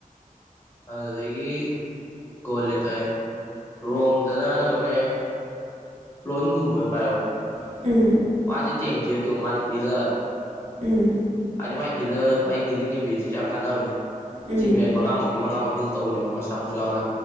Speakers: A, on the left (about 15°); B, on the right (about 50°).
A: ꯑꯗꯨꯗꯒꯤ ꯣꯜꯅꯦ ꯇ ꯔꯣꯝ <inaudible> ꯑꯗꯨꯖꯅ ꯑꯅꯝꯕꯅꯦ ꯀꯣꯉꯨꯝꯕ ꯑꯣꯏꯅ ꯄꯥꯏꯌꯣ
B: ꯎꯝ
A: ꯃꯥꯗꯤ ꯇꯦꯡ ꯄꯤꯅꯗꯦꯀꯣ ꯃꯥꯗꯤ ꯄꯤꯂꯥꯔ
B: ꯎꯝ
A: ꯑꯗꯤ ꯃꯥ ꯍ ꯃꯥꯥꯏ ꯍꯤꯂꯤꯡ ꯑꯦꯕꯤꯂꯤꯇꯤꯤꯁꯦ ꯌꯥꯝ ꯀꯥꯟꯅꯕꯅꯦ
B: ꯎꯝ
A: ꯇꯤꯝꯃꯦꯠ ꯃꯉꯥꯃ ꯃꯉꯥ ꯑꯃ ꯍꯤꯜ ꯇꯧꯕꯅꯦꯕ ꯃꯁꯥꯃꯛꯁꯨ ꯌꯥꯎꯅ